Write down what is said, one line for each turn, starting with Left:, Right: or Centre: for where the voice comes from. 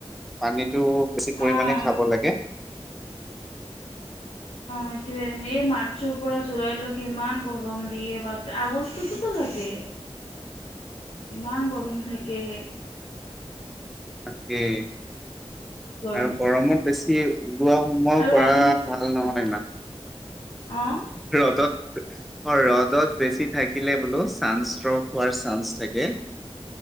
Centre: পানীটো বেছি পৰিমাণে
Left: অ',
Centre: খাব লাগে। <inaudible>
Left: এইটোৱে এই মাৰ্চৰ পৰা জুলাইলৈকে ইমান গৰম দিয়ে বাপৰে আগষ্টতোতো থাকে।
Centre: <inaudible>
Left: ইমান গৰম থাকে।
Centre: তাকেই
Left: বহুত গৰম
Centre: আৰু গৰমত বেছি ওলোৱা সোমোৱাও
Left: আৰু
Centre: কৰা
Left: আপুনি
Centre: ভাল নহয়
Left: অ',
Centre: ইমান।
Left: অ'।
Centre: ৰ'দত অ', ৰ'দত বেছি থাকিলে বোলো চান্স ষ্ট্ৰক হোৱাৰ চান্স থাকে।